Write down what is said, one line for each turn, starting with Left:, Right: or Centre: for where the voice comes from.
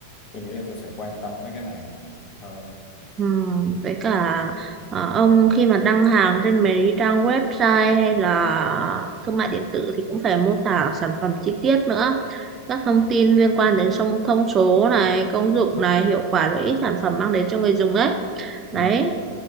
Left: tôi nghĩ là tôi sẽ quan tâm mấy cái này hơn
Right: ừ. với cả à, ông khi mà đăng hàng trên mấy cái trang website hay là thương mại điện tử thì cũng phải mô tả sản phẩm chi tiết nữa các
Left: ừ.
Right: thông tin liên quan đến song thông số này công dụng này hiệu quả lợi ích sản phẩm mang đến cho người dùng ấy
Left: Ừ.
Right: đấy